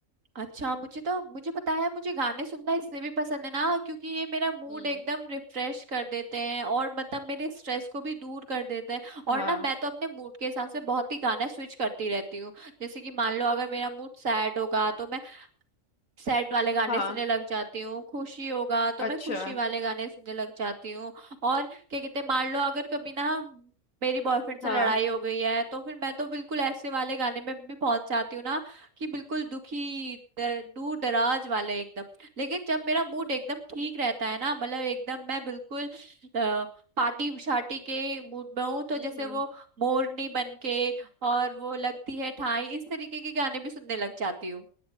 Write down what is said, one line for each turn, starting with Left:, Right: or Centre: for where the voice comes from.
Right: अच्छा मुझे तो मुझे पता है मुझे गाने सुनना इसलिए भी पसंद है ना क्योंकि ये मेरा मूड
Left: हम्म
Right: एकदम रिफ्रेश कर देते हैं और मतलब मेरे स्ट्रेस को भी दूर कर देते हैं और
Left: हाँ
Right: ना मैं तो अपने मूड के हिसाब से बहुत ही गाना स्विच करती रहती हूँ जैसे कि मान लो अगर मेरा मूड सैड होगा तो मैं सैड वाले गाने
Left: हाँ
Right: सुनने लग जाती हूँ खुशी होगा तो
Left: अच्छा
Right: मैं खुशी वाले गाने सुनने लग जाती हूँ और क्या कहते हैं मान लो अगर कभी ना मेरी बॉयफ्रेंड से
Left: हाँ
Right: लड़ाई हो गई है तो फिर मैं तो बिल्कुल ऐसे वाले गाने में भी पहुंच जाती हूँ ना कि बिल्कुल दुखी दर, दूर दराज वाले एकदम लेकिन जब मेरा मूड एकदम ठीक रहता है ना मतलब एकदम मैं बिल्कुल अ, पार्टी शार्टी के मूड में हूँ तो
Left: हम्म
Right: जैसे
Left: हम्म
Right: वो मोरनी बन के और वो लगती है ठाई इस तरीके के गाने भी सुनने लग जाती हूँ